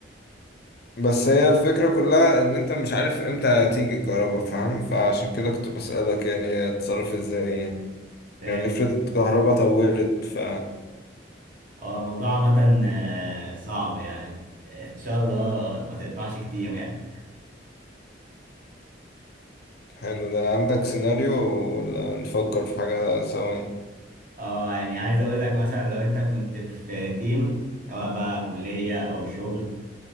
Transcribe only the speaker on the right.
فاهم
هو الموضوع عامة آه، صعب يعني ان شاء الله ما تقطعش كتير يعني
اه يعني عايز اقول لك مثلا لو انت كنت في تيم سواء بقى كلية او شغل